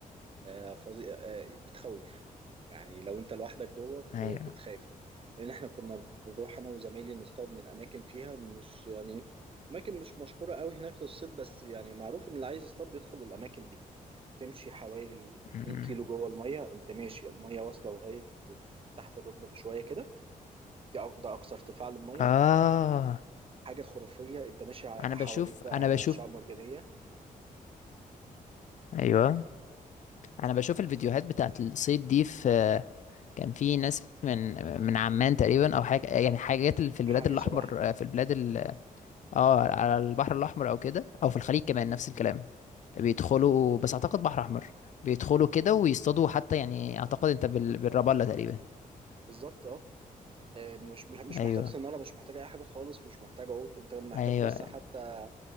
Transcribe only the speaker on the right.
آه، فظيع آه، بتخوف يعني لو انت لوحدك جوه
ب- بتخاف لان احنا كنا بنروح انا وزمايلي نصطاد من اماكن فيها مش يعني اماكن مش مشهوره قوي هناك للصيد بس يعني معروف ان اللي عايز يصطاد بيدخل الاماكن دي تمشي حوالي 2
كيلو جوه الميه انت ماشي الميه واصله لغايه تحت الركبه بشويه كده ده أق- ده اقصى ارتفاع للميه
حاجه خرافيه انت ماشي ع-
حواليك بقى
شعاب مرجانيه
وحاجه
شبهها
بالظبط اه آه، مش مش
محتاج سنارة مش محتاج أي حاجة خالص مش محتاج عود أنت محتاج
بس حتى